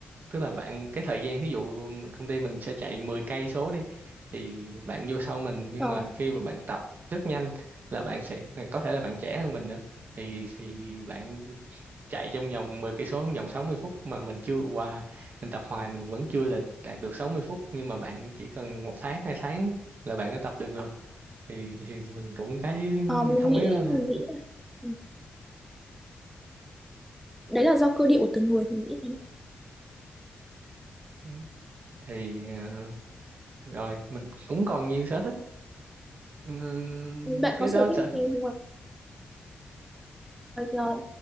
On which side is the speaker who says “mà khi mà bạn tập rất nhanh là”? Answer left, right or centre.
Right